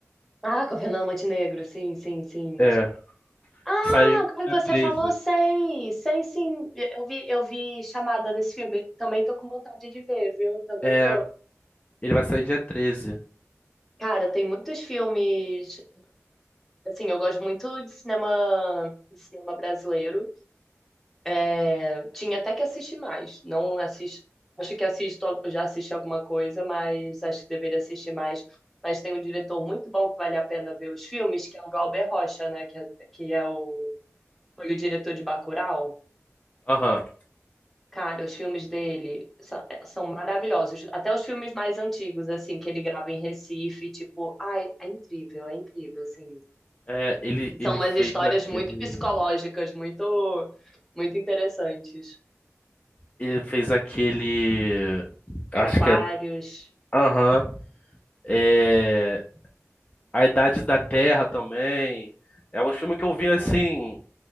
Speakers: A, in the centre; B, on the left.
A: Ah, com a Fernanda Montenegro, sim, sim, sim.
B: É.
A: Ah,
B: que Saiu
A: agora
B: dia
A: que você
B: treze
A: falou, sei. Sei sim. Eu vi, eu vi chamada desse filme. Também tô com vontade de ver, viu? Também
B: É.
A: tô.
B: Ele vai sair dia 13.
A: Cara, tem muitos filmes. Assim, eu gosto muito de cinema, de cinema brasileiro. É, tinha até que assistir mais. Não assisto. Acho que assisto, eu já assisti alguma coisa, mas acho que deveria assistir mais. Mas tem um diretor muito bom que vale a pena ver os filmes, que é o Galber Rocha, né? Que é, que é o, foi o diretor de Bacurau.
B: Aham.
A: Cara, os filmes dele sa- é, são maravilhosos. Até os filmes mais antigos, assim, que ele grava em Recife, tipo, ai, é incrível, é incrível, assim.
B: É, ele, ele
A: São umas
B: fez
A: histórias
B: aquele.
A: muito psicológicas, muito, muito interessantes.
B: Ele fez aquele. Acho
A: Aquários,
B: que é. Aham. É. A Idade da Terra também. É um filme que eu vi assim,
A: cara.